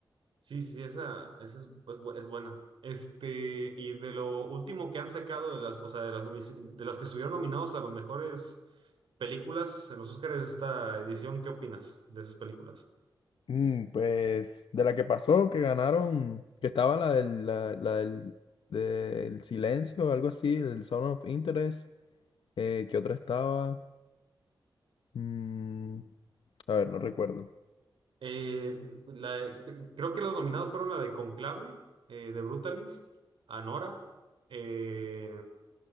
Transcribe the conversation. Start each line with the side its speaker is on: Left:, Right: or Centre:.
Right: Sí, sí, esa, esa es, es bu- es buena. Este, y de lo último que han sacado de las, o sea, de las, nomi- de las que estuvieron nominados a las mejores películas en los Oscars de esta edición, ¿qué opinas de esas películas?
Left: Mm, pues de la que pasó, que ganaron, que estaba la del, la, la del, del silencio, algo así, del Zone of Interest, eh, que otra estaba, mm, a ver, no recuerdo,
Right: Eh, la- creo que los nominados fueron la de Conclave, eh, de Brutalist, Anora, eh,